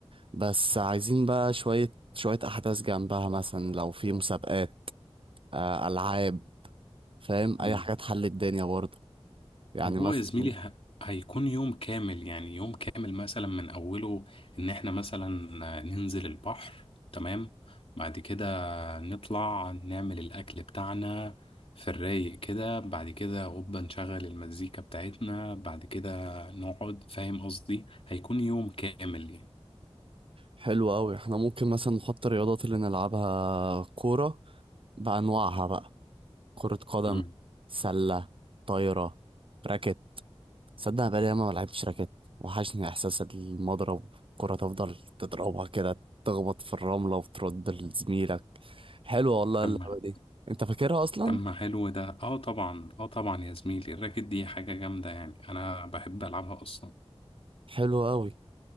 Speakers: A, on the right; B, on the left.
A: بس عايزين بقى شوية شوية أحداث جنبها مثلا لو في مسابقات آه، ألعاب فاهم
B: مم.
A: أي حاجة تحل الدنيا برضه يعني
B: هو
A: مثلا
B: يا زميلي ه... هيكون يوم كامل يعني يوم كامل مثلا من أوله إن إحنا مثلا ننزل البحر تمام بعد كده نطلع نعمل الأكل بتاعنا في الرايق كده بعد كده أوبا نشغل المزيكا بتاعتنا بعد كده نقعد فاهم قصدي هيكون يوم كامل يعني
A: حلو قوي احنا ممكن مثلا نحط الرياضات اللي نلعبها كورة بأنواعها بقى كرة قدم
B: مم.
A: سلة طايرة راكت صدق أنا بقالي ياما ما لعبتش راكت وحشني إحساس المضرب الكرة تفضل تضربها كده تخبط في الرملة وترد لزميلك حلوة والله
B: تم
A: اللعبة دي أنت فاكرها أصلا؟
B: تم حلو ده اه طبعا اه طبعا يا زميلي الراكت دي حاجة جامدة يعني أنا بحب ألعبها أصلا
A: حلوة قوي